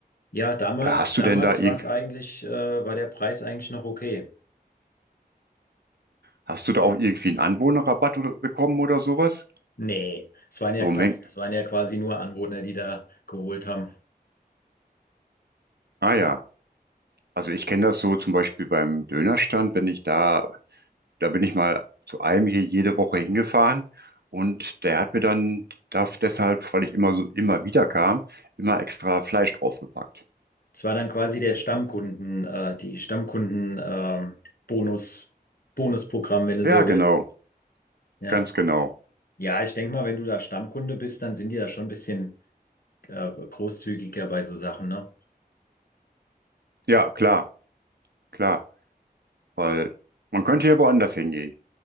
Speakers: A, on the left; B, on the right.
A: Ja, damals,
B: Äh, Hast
A: damals
B: du denn da irgend,
A: war es eigentlich, äh, war der Preis eigentlich noch okay.
B: hast du da auch irgendwie einen Anwohnerrabatt oder, bekommen oder sowas?
A: Nee, es waren ja
B: So
A: quasi,
B: um Mengen.
A: es waren ja quasi nur Anwohner, die da geholt haben.
B: Ah ja. Also ich kenne das so zum Beispiel beim Dönerstand, wenn ich da Da bin ich mal zu einem hier jede Woche hingefahren und der hat mir dann darf deshalb, weil ich immer so immer wieder kam, immer extra Fleisch draufgepackt.
A: Es war dann quasi der Stammkunden, äh, die Stammkunden, ähm, Bonus, Bonusprogramm, wenn du
B: Ja,
A: so
B: genau,
A: willst. Ja.
B: ganz genau.
A: Ja, ich denke mal, wenn du da Stammkunde bist, dann sind die da schon ein bisschen äh, großzügiger bei so Sachen, ne?
B: Ja, klar, klar, weil man könnte hier woanders hingehen.